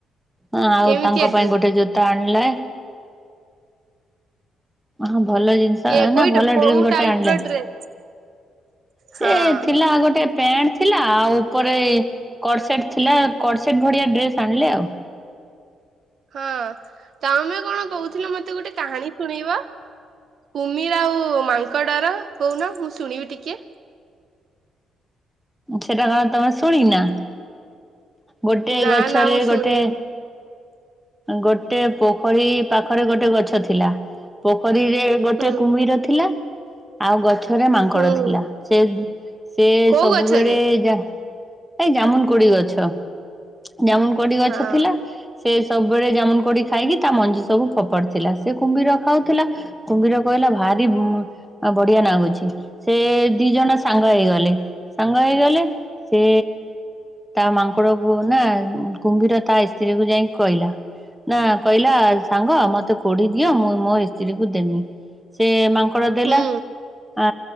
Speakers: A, in the centre; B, on the right.
A: ହଁ ଆଉ
B: କେମିତିଆ
A: ତାଙ୍କ ପାଇଁ
B: ଡ୍ରେସ୍
A: ଗୋଟେ ଜୋ ତା ଆଣିଲା ହଁ ଭଲ ଜିନିଷ।
B: କେ
A: <unintelligible>
B: କୋଇ
A: ନା ଭଲ
B: କୋଉ
A: ଦିଲ୍ ଗୋଟେ
B: ଟାଇପ
A: ଆଣିଲା।
B: ର ଡ୍ରେସ୍
A: ସେ
B: ହଁ
A: ଥିଲା ଗୋଟେ ପ୍ୟାଣ୍ଟ ଥିଲା ଆଉ ଉପରେ କସେଟ ଥିଲା କସେଟ ଭଳିଆ ଡ୍ରେସ୍ ଆଣିଲେ ଆଉ।
B: ହଁ ତମେ କଣ କହୁଥିଲ ମତେ ଗୋଟେ କାହାଣୀ ଶୁଣେଇିବ। କୁମିର ଆଉ ମାଙ୍କଡର କହୁନ ମୁଁ ଶୁଣିବି ଟିକେ।
A: ସେଟା କଣ ତମେ ଶୁଣିନା। ଗୋଟେ
B: ନା
A: ଗଛରେ
B: ନା ମୁଁ ଶୁଣିନି
A: ଗୋଟେ। ଗୋଟେ ପୋଖରୀ ପାଖରେ ଗୋଟେ ଗଛ ଥିଲା। ପୋଖରୀରେ ଗୋଟେ
B: ହୁଁ
A: କୁମ୍ଭୀର ଥିଲା ଆଉ ଗଛରେ ମାଙ୍କଡ଼
B: ହୁଁ
A: ଥିଲା। ସେ ସେ
B: କୋଉ
A: ସବୁବେଳେ
B: ଗଛରେ
A: ଯା ଏ ଜାମୁକୋଳି ଗଛ ଜାମୁକୋଡି ଗଛ
B: ହଁ
A: ଥିଲା ସେ ସବୁବେଳେ ଜାମୁକୋଡି ଖାଇକି ତା ମଞ୍ଜି ସବୁ ଫୋପାଡୁ ଥିଲା ସେ କୁମ୍ଭୀର ଖାଉଥିଲା। କୁମ୍ଭୀର କହିଲା ଭାରି ଉଁ ବଢିଆ ଲାଗୁଛି ସେ ଦି ଜଣ ସାଙ୍ଗ ହେଇଗଲେ ସାଙ୍ଗ ହେଇଗଲେ। ସେ ତା ମାଙ୍କଡକୁ ନା କୁମ୍ଭୀର ତା ଇସ୍ତ୍ରୀ କୁ ଯାଇକି। କହିଲା ନା କହିଲା ସାଙ୍ଗ ମତେ କୋଡ଼ି ଦିଅ ମୁଁ ମୋ ଇସ୍ତ୍ରୀ କୁ ଦେମି। ସେ ମାଙ୍କଡ଼ ଦେଲା
B: ହୁଁ
A: ଆ